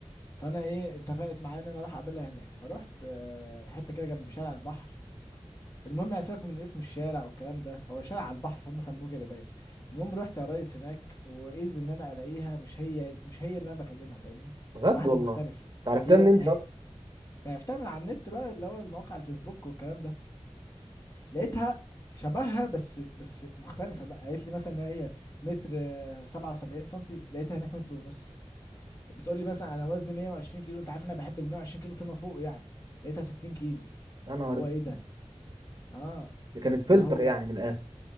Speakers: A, on the left; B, on the right.
A: فانا ايه اتفقت معايا ان انا اروح اقابلها هناك فرحت آه، حته كده جنب شارع البحر المهم يعني سيبك من اسم الشارع والكلام ده هو شارع على البحر فهم سموه كده باين المهم رحت يا ريس هناك واذ ان انا الاقيها مش هي مش هي اللي انا بكلمها فاهمني
B: بجد
A: واحده
B: والله
A: مختلفه
B: انت عرفتها
A: هي
B: منين
A: هي
B: دي أصلاً؟
A: فعرفتها من على النت بقى اللي هو المواقع الفيسبوك والكلام ده لقيتها شبهها بس بس مختلفة بقى قالت لي مثلا ان هي متر آه، 77 سنتي لقيتها هناك متر ونص بتقول لي مثلا انا وزني 120 كيلو انت عارف انا بحب ال 120 كيلو فيما فوق يعني لقيتها 60 كيلو
B: يا نهار
A: اللي هو
B: اسود
A: ايه ده اه
B: دي كانت فلتر
A: اللي هو
B: يعني من الاخر